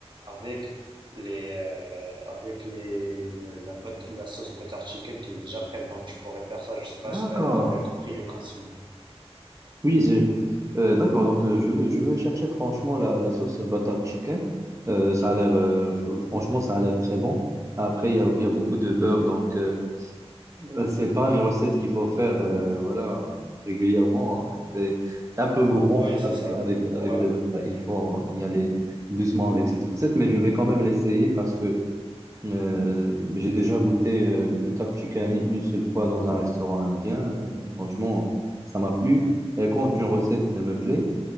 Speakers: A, on the right; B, on the right.
A: avec les euh, avec les le- la, but- la sauce butter chicken qui est déjà prête. Donc tu pourrais faire ça, je sais pas
B: D'accord.
A: si tu as, bien compris les consignes.
B: Oui, je- euh, d'accord. Donc, euh, je veux, je veux chercher franchement la, la sauce butter chicken. Euh, ça a l'air, euh, f- franchement, ça a l'air très bon. Après, il y a, il y a beaucoup de beurre, donc euh, euh, <laughs> c'est pas une recette qu'il faut faire, euh, voilà, régulièrement. C'est, c'est un peu gourmand
A: Oui, c'est
B: avec,
A: ça.
B: avec, avec
A: Ouais.
B: le beurre. Il faut y aller doucement avec cette recette, mais je vais quand même l'essayer parce que Euh, j'ai déjà goûté euh, le butter chicken une seule fois dans un restaurant indien. Euh, franchement, ça m'a plu. Et quand une recette me plaît,